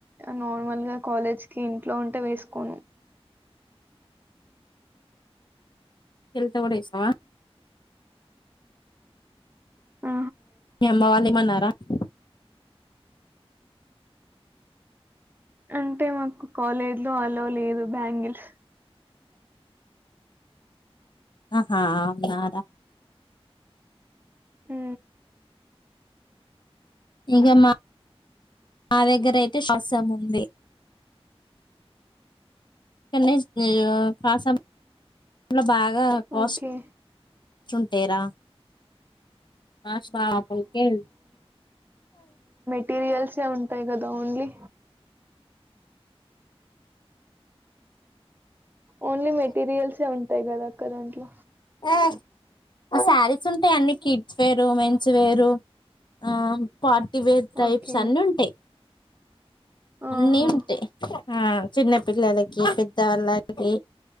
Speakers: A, on the right (about 20°); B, on the left (about 45°).
A: నార్మల్ గా కాలేజ్ కి ఇంట్లో ఉంటే వేసుకోను
B: వెళ్తే కూడా వేసుకోవా
A: ఆ
B: మీ అమ్మ వాల్లే ఇవనారా <unintelligible>
A: అంటే మాకు కాలేజ్ లో అలో లేదు బ్యాంగిల్
B: అహా అవున్ కదా
A: మ్
B: ఇక మా నా దగ్గరయితే శ్వాసము ఉంది నెక్ట్ డే కాస లో బాగ్ ఇగా కాస్ట్
A: ఓకే
B: చుంటేర మాస్ బా హోకె
A: మెటీరియల్సే ఉంటాయి కదా ఓన్లీ ఓన్లీ మెటీరియల్సె ఉంటా పడతాయి కదా ఒక్కదానికి
B: అ శారీస్ ఉంటాయి అన్ని కిడ్స్ వేరు మెన్స్ వేరు ఆ పార్టీవేర్ టైప్స్
A: ఓకే
B: అన్ని ఉంటయి అన్నీ
A: ఆహా
B: ఉంటాయి ఆ చిన్న పిల్లలకి పెద్దవాళ్ళ ఒకె